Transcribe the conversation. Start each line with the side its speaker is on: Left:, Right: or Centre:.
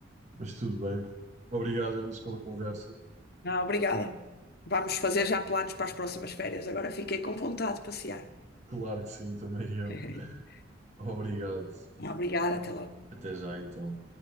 Right: Mas tudo bem. Obrigado, Anísio, pela conversa.
Left: Ah, obrigada. Vamos fazer já planos para as próximas férias. Agora fiquei com vontade de passear.
Right: Claro que sim, também eu.
Left: <laughs>
Right: Obrigado.
Left: Ah, obrigada, até logo.
Right: Até já, então.